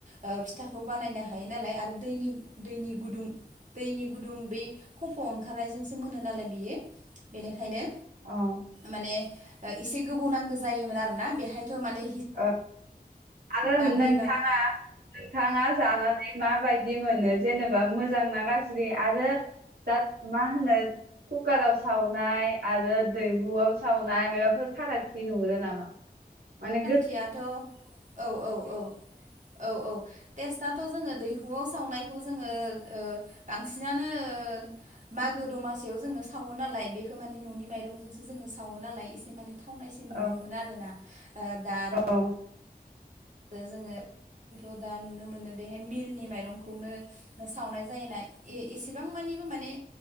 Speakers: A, on the right; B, on the right.
A: ओ फिथाखौ बानायनो हायोनालाय दैनि दैनि गुदुं दैनि गुदुं बै खफ' ओंखारनायजोंसो मोनो नालाय बियो बेनिखायनो
B: औ
A: माने एसे गोबौ नांगौ जायोमोन आरोना बेहायथ' माने
B: औ आरो
A: हिसा
B: नोंथाङा
A: बै माबा
B: नोंथाङा जानानै माबायदि मोनो जेनेबा मोजां ना गाज्रि आरो दा मा होनो कुकाराव सावनाय आरो दैहुआव सावनाय माबाफोर फाराग थि नुहुरो नामा? माने गो
A: फारागथियाथ' औ औ औ औ औ। टेस्थ'थ जोङो दैहुआव सावनायखौ जोङो बांसिनानो ओ मा मागो दमासियाव जोङो सावो नालाय बेखौ माने न'नि माइरंजोंसो जोङो सावो नालाय एसे माने थावनाय मोनोमोन
B: औ
A: आरोना ओ दा आ
B: औ
A: रो जोङो आंथ' दा नुनो मोनो बेहाय मिलनि माइरंखौनो सावनाय जायोना ए-एसेबां मानि माने